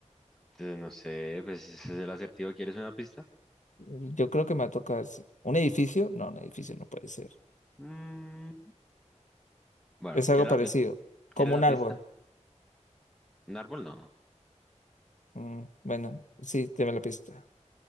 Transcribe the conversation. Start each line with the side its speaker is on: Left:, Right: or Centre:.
Centre: Entonces, no sé, pues ese es el acertijo. ¿Quieres una pista?
Left: Yo creo que me va a tocar. sí. ¿Un edificio? No, un edificio no puede ser.
Centre: Mm, Bueno,
Left: Es algo
Centre: ¿quieres
Left: parecido.
Centre: la, pi-
Left: Como
Centre: ¿quieres la
Left: un árbol.
Centre: pista? Un árbol no.
Left: Mm, bueno, sí, deme la pista.